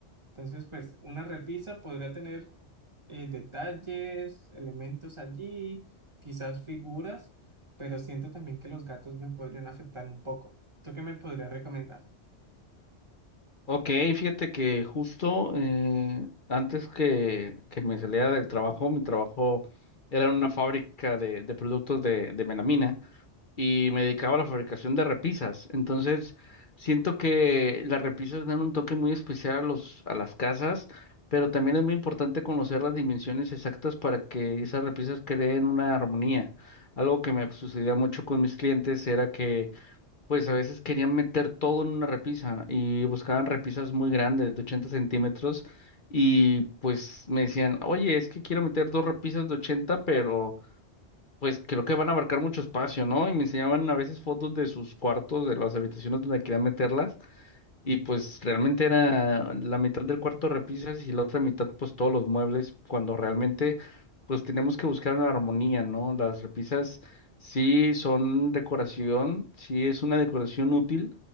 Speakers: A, on the right; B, on the left.
A: Entonces, pues una repisa podría tener eh, detalles, elementos allí, quizás figuras, pero siento también que los gatos me podrían afectar un poco. ¿Tú qué me podrías recomendar?
B: Ok, fíjate que justo eh, antes que, que me saliera del trabajo, mi trabajo era en una fábrica de, de productos de, de melamina y me dedicaba a la fabricación de repisas. Entonces, siento que las repisas dan un toque muy especial a los, a las casas, pero también es muy importante conocer las dimensiones exactas para que esas repisas creen una armonía. Algo que me sucedía mucho con mis clientes era que pues a veces querían meter todo en una repisa y buscaban repisas muy grandes, de 80 centímetros, y pues me decían, oye, es que quiero meter dos repisas de 80, pero pues creo que van a abarcar mucho espacio, ¿no? Y me enseñaban a veces fotos de sus cuartos, de las habitaciones donde querían meterlas, y pues realmente era la mitad del cuarto repisas y la otra mitad pues todos los muebles, cuando realmente pues tenemos que buscar una armonía, ¿no? Las repisas sí son decoración, sí es una decoración útil,